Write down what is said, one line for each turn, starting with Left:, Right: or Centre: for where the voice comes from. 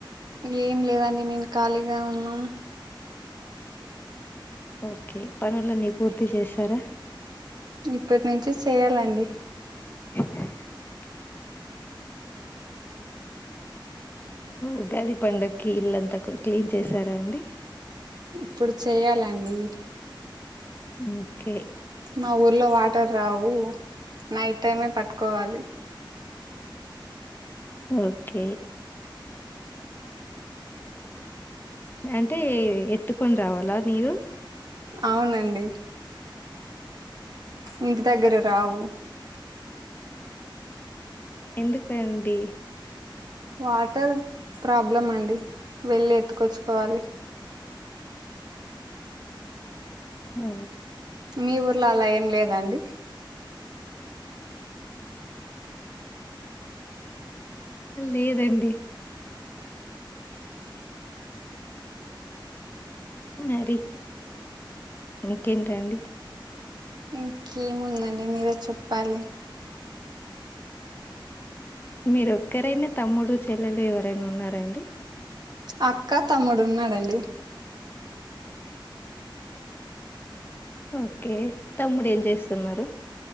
Right: ఏం లేవం మేము ఖాళీగా ఉన్నాం
Left: ఓకే పనులన్నీ పూర్తి చేసారా
Right: ఇప్పటి నుంచి చెయ్యాలండి
Left: <inaudible> ఉగాది పండక్కి ఇల్లంతా కు క్లీన్ చేసారా అండి
Right: ఇప్పుడు చేయాలండి
Left: ఓకే
Right: మా ఊర్లో వా త రావు నైట్ టైమే పట్టుకోవాలి
Left: ఓకే అంటే ఎత్తుకొని రావాలా నీరు
Right: అవునండి ఇంటి దగ్గర రావు
Left: ఎందుకు అండి
Right: వాటర్ ప్రాబ్లం అండి వెళ్ళి ఎత్తుకొచ్చుకోవాలి
Left: ఓ
Right: మీ ఊర్లో అలా ఏం లేదు ఏవండీ
Left: లేదండి మరి ఇంకేంటండి
Right: ఇంకేముందండి మీరే చెప్పాలి
Left: మీరు ఒక్కరేనా తమ్ముడు చెల్లెలు ఎవరైనా ఉన్నారండి
Right: అక్క తమ్ముడు ఉన్నాడండి
Left: ఓకే తమ్ముడు ఏం చేస్తున్నారు